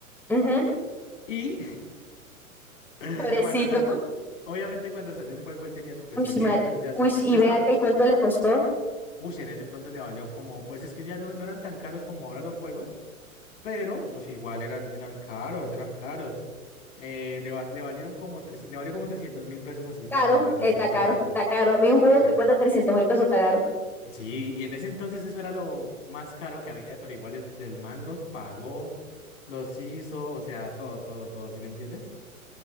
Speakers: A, in the centre; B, on the left (about 55°).
A: ujú,
B: Y <laughs>
A: Pobrecito.
B: cuando sa- obviamente cuando salió el juego, él tenía
A: <laughs>
B: su PC
A: Uy,
B: gamer,
A: madre.
B: ya, es-
A: Uy, y
B: ya
A: ven
B: estaba...
A: acá, ¿y cuánto le costó?
B: Uy, en ese entonces le valió como, pues es que ya no no eran tan caros como ahora los juegos. Pero, pues igual eran, eran caros, eran caros. Eh, le, va- le valieron como 300 le valió como trescientos mil pesos así la,
A: Caro,
B: la reserva
A: eh, está caro,
B: y todo.
A: está caro. A mí un juego
B: Tac.
A: que cuesta trescientos mil pesos está caro.
B: Sí, y en ese entonces eso era lo más caro que había, pero igual el, el man los pagó, los hizo, o sea, todo, todo, todo, ¿sí me entiendes?